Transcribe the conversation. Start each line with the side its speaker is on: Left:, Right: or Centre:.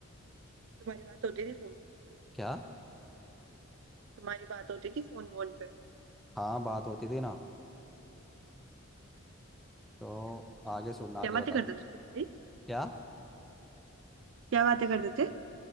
Right: तुम्हारी बात होती थी फोन पे
Centre: क्या
Right: तुम्हारी बात होती थी फोन वोन पे
Centre: हाँ बात होती थी ना तो
Right: क्या अच्छा
Centre: आगे सुनना
Right: क्या
Centre: आगे
Right: बातें
Centre: बता
Right: करते थे तुम भाई
Centre: क्या
Right: क्या बातें करते थे